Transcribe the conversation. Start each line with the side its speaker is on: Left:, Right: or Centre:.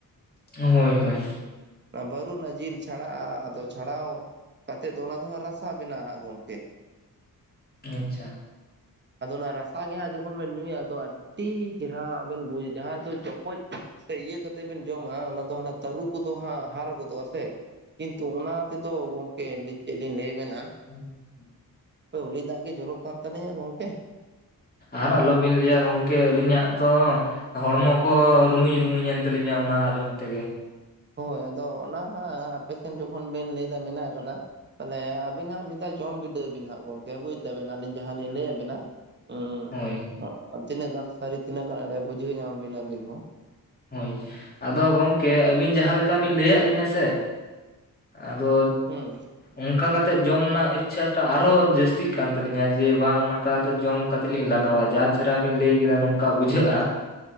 Left: ᱦᱳᱸᱭ ᱦᱳᱸᱭ,
Right: ᱵᱟᱹᱨᱩ ᱨᱮᱱᱟᱜ ᱡᱤᱞ ᱪᱷᱟᱲᱟ ᱟᱫᱚ ᱪᱷᱟᱲᱟᱣ, ᱠᱟᱛᱮ ᱫᱚ ᱚᱱᱟ ᱫᱚ ᱦᱟᱸᱜ ᱨᱟᱥᱟ ᱵᱮᱱᱟᱸᱜ ᱜᱚᱢᱠᱮ,
Left: ᱟᱪᱪᱷᱟ,
Right: ᱟᱫᱚ ᱚᱱᱟ ᱨᱟᱥᱟ ᱜᱮ ᱦᱟᱸᱜ ᱡᱚᱠᱷᱚᱱ ᱵᱮᱱ ᱧᱩᱭᱟ ᱟᱫᱚ ᱟᱹᱰᱤ ᱪᱮᱨᱦᱟ ᱵᱮᱱ ᱵᱩᱡᱟ ᱡᱟᱦᱟ ᱫᱚ, ᱯᱳᱸᱭ ᱥᱮ ᱤᱭᱟᱹ ᱠᱟᱛᱮ ᱵᱤᱱ ᱡᱚᱢᱟ ᱚᱱᱟ ᱫᱚ ᱚᱱᱟ ᱛᱟᱹᱨᱩ ᱠᱚ ᱫᱚ ᱦᱟᱸᱜ ᱦᱟᱨ ᱜᱚᱫᱚᱜᱼᱟ ᱥᱮ? ᱠᱤᱱᱛᱩ ᱚᱱᱟ ᱛᱮᱫᱚ ᱜᱚᱢᱠᱮ ᱪᱮᱫ ᱞᱤᱧ ᱞᱟᱹᱭ ᱟᱹᱵᱮᱱᱟ,
Left: <unintelligible>
Right: ᱩᱞᱤ ᱫᱟᱜ ᱜᱮ ᱡᱚᱨᱚᱜ ᱠᱟᱱ ᱛᱟᱹᱞᱤᱧᱟ ᱜᱚᱢᱠᱮ ᱾
Left: ᱟᱨ ᱟᱞᱚ ᱵᱤᱱ ᱞᱟᱹᱭᱟ ᱜᱚᱢᱠᱮ ᱟᱹᱞᱤᱧᱟᱜ ᱫᱚ ᱾ ᱦᱚᱲᱢᱚ ᱠᱚ ᱨᱩᱢᱩᱧ-ᱨᱩᱢᱩᱧᱮᱱ ᱛᱟᱹᱞᱤᱧᱟ ᱚᱱᱟ ᱟᱸᱡᱚᱢ ᱛᱮ ᱜᱮ᱾
Right: ᱦᱳᱭ ᱟᱫᱚ ᱚᱱᱟ ᱦᱟᱸᱜ ᱟᱯᱮ ᱥᱮᱱ ᱡᱚᱠᱷᱚᱱ ᱵᱮᱱ ᱞᱟᱹᱭ ᱮᱫᱟ ᱢᱮᱱᱟᱜ ᱟᱠᱟᱫᱟ, ᱛᱟᱦᱚᱞᱮ ᱟᱵᱤᱱ ᱦᱟᱸᱜ ᱢᱤᱫ ᱫᱷᱟᱣ ᱡᱚᱢ ᱵᱤᱰᱟᱹᱣ ᱵᱤᱱ ᱦᱟᱸᱜ ᱜᱚᱢᱠᱮ ᱵᱩᱡᱽ ᱛᱟᱵᱮᱱ ᱟᱹᱞᱤᱧ ᱡᱟᱦᱟᱸᱞᱤᱧ ᱞᱟᱹᱭᱟᱜ ᱵᱮᱱᱟ ᱾ ᱦᱩᱸ
Left: ᱦᱳᱭ
Right: ᱦᱩᱸ ᱛᱤᱱᱟᱹᱜ ᱜᱟᱱ ᱥᱟᱹᱨᱤ ᱛᱤᱱᱟᱹᱜ ᱜᱟᱱ ᱮᱲᱮ ᱵᱩᱡᱷᱟᱹᱣ ᱧᱟᱢ ᱵᱤᱱ ᱟᱹᱵᱤᱱ ᱦᱚᱸ,
Left: ᱦᱳᱭ, ᱟᱫᱚ ᱜᱚᱢᱠᱮ ᱟᱹᱵᱤᱱ ᱡᱟᱦᱟᱸ ᱞᱮᱠᱟ ᱵᱤᱱ ᱞᱟᱹᱭᱟᱫ ᱞᱤᱧᱟᱹ ᱥᱮ, ᱟᱫᱚ,
Right: ᱦᱩᱸ
Left: ᱚᱝᱠᱟ ᱠᱟᱛᱮ ᱡᱚᱢ ᱨᱮᱱᱟᱜ ᱤᱪᱷᱟᱴᱟ ᱟᱨᱦᱚᱸ ᱡᱟᱹᱥᱛᱤᱜ ᱠᱟᱱ ᱛᱟᱹᱟᱞᱤᱧᱟ ᱡᱮ ᱵᱟᱝ ᱱᱚᱝᱠᱟ ᱠᱟᱛᱮ ᱡᱚᱢ ᱠᱟᱛᱮ ᱛᱤᱞᱤᱧ ᱞᱟᱜᱟᱣᱟ ᱡᱟ ᱪᱮᱨᱦᱟ ᱵᱤᱱ ᱞᱟᱹᱭ ᱠᱮᱫᱟ ᱱᱚᱝᱠᱟ ᱵᱩᱡᱷᱟᱹᱜᱼᱟ᱾